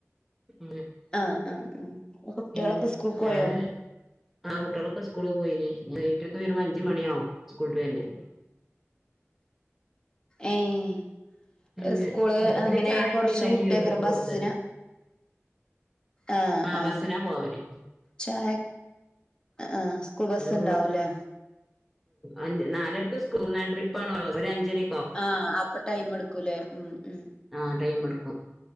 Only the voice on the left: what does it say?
ആഹ് ആഹ് ആഹ് കുട്ടികളൊക്കെ
സ്കൂൾക്ക്
പോയോ
ഏഹ്
സ്കൂള്
അങ്ങനെ
കൊർച്ച്
വുട്ടേക്കരിം
ബസ്സിന
അ
ആഹ്
ചായ അഹ് ആഹ് സ്കൂൾ
ബസ്സ്
ഉണ്ടാവൂല്ലെ
ആഹ് അപ്പ ടൈം എടുക്കൂലേ ഉം ഉം